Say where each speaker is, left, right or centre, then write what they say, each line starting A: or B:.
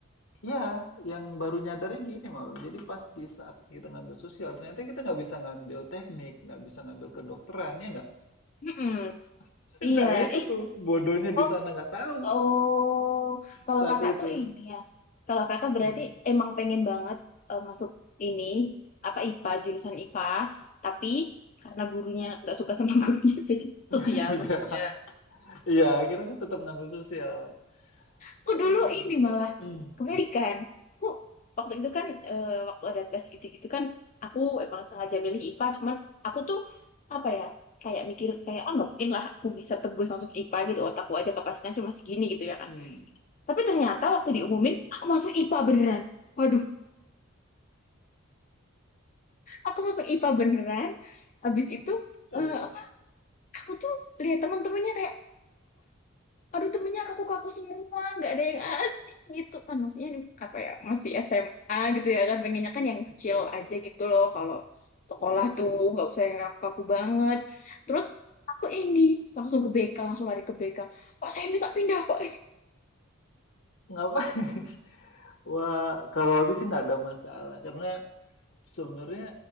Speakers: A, on the left; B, on the left.
A: ya yang baru nyadarnya gini Mal, jadi pas di saat kita ngambil sosial ternyata kita nggak bisa ngambil teknik, nggak bisa ngambil kedokteran, ya nggak?
B: Mm-mm.
A: <laughs>
B: Iya,
A: Nah itu
B: eh,
A: tuh Iya. bodohnya di
B: oh,
A: sana nggak tahu
B: oh, kalau
A: saat
B: kakak
A: itu.
B: tuh ini
A: Oh,
B: ya, kalau kakak berarti
A: Hmm.
B: emang pengen banget eh, masuk ini apa IPA jurusan IPA, tapi karena gurunya nggak suka sama <laughs> gurunya jadi
A: <laughs>
B: sosial maksudnya.
A: Iya, iya. iya akhirnya aku tetap ngambil sosial,
B: Aku
A: Ah,
B: dulu
A: ngambil
B: ini
A: sosial.
B: malah
A: <clears throat>
B: kebalikan. Aku waktu itu kan eh, waktu ada tes gitu-gitu kan aku emang sengaja milih IPA cuman aku tuh apa ya kayak mikir kayak ah nggak mungkin lah aku bisa tembus masuk IPA gitu otakku aja kapasitasnya cuma segini gitu ya kan.
A: Hmm,
B: Tapi ternyata waktu diumumin
A: mhm.
B: aku masuk IPA beneran. Waduh, aku masuk IPA beneran. Habis itu
A: Iya,
B: eh, apa- aku tuh lihat teman-temannya kayak aduh temennya kaku-kaku semua nggak ada yang asik gitu kan maksudnya ini apa ya masih SMA gitu ya kan pengennya kan yang chill
A: iya,
B: aja gitu loh kalau sekolah
A: iya.
B: tuh nggak usah yang kaku-kaku banget terus aku ini langsung ke BK langsung lari ke BK Pak saya minta pindah Pak
A: Ngapain? <laughs> Wah, kalau aku sih nggak ada masalah karena Sebenarnya,